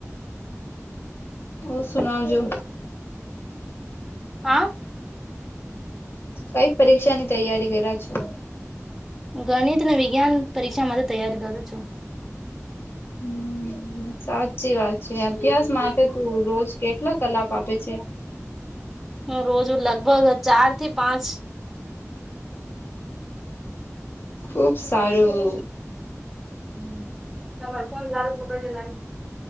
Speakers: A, on the left; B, in the centre.
A: હ ઓ સુના જો
B: હા.
A: કઈ પરીક્ષા ની તૈયારી કર્યા છો.
B: ગણિત ને વિજ્ઞાન પરીક્ષા માટે તૈયારી કરું છું
A: હમ. હમ સાચી વાત છે અભ્યાસ માટે તું રોજ કેટલા કલાપ આપે છે.
B: હ રોજ લગભગ ચાર થી પાંચ
A: ખુબ સારું
B: હમ તમારે ફન ચાલ બગ છે ના